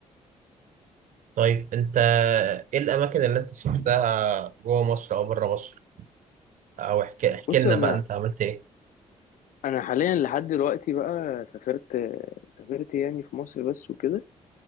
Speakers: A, on the right (about 65°); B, on the left (about 70°).
A: طيب انت ايه الاماكن اللي انت سافرتها جوه مصر او بره مصر او احكي احكي
B: بص
A: لنا
B: أنا
A: بقى انت عملت ايه
B: أنا حاليا لحد دلوقتي بقى سافرت سافرت يعني في مصر بس وكده